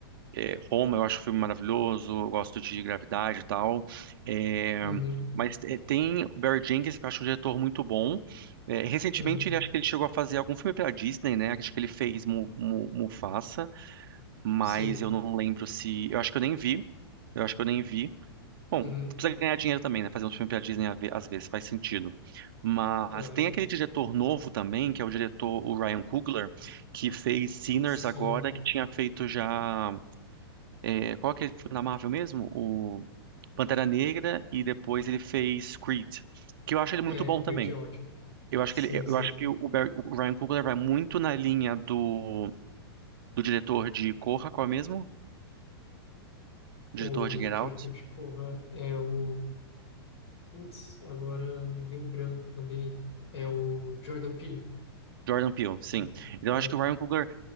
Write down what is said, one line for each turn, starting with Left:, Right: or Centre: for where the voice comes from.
Right: É, Roma, eu acho o filme maravilhoso, eu gosto de Gravidade e tal. É,
Left: Uhum,
Right: mas é, tem Barry Jenkins, que eu acho um diretor muito bom. É, recentemente,
Left: uhum,
Right: ele acho que ele chegou a fazer algum filme pela Disney, né? Acho que ele fez Mu, Mu- Mufasa, mas
Left: sim.
Right: eu não lembro se. Eu acho que eu nem vi. Eu acho que eu nem vi. Bom,
Left: Uhum,
Right: precisa ganhar dinheiro também, né? Fazer um filme pela Disney às ve- às vezes faz sentido. Mas
Left: aham,
Right: tem aquele diretor novo também, que é o diretor, o Ryan Coogler, que fez Sinners
Left: sim.
Right: agora, que tinha feito já. É, qual que ele foi na Marvel mesmo? O Pantera Negra e depois ele fez Creed, que eu acho ele muito
Left: É,
Right: bom
Left: Creed
Right: também.
Left: é ótimo.
Right: Eu acho
Left: Sim,
Right: que ele,
Left: sim.
Right: eu acho que o, Barry- o Ryan Coogler vai muito na linha do, do diretor de Corra, qual é mesmo? O
Left: O
Right: diretor de Get
Left: diretor
Right: Out,
Left: de Corra é o. Putz, agora me deu branco também. É o Jordan Peele.
Right: Jordan Peele, sim.
Left: Isso.
Right: Então
Left: É.
Right: eu acho que o Ryan Coogler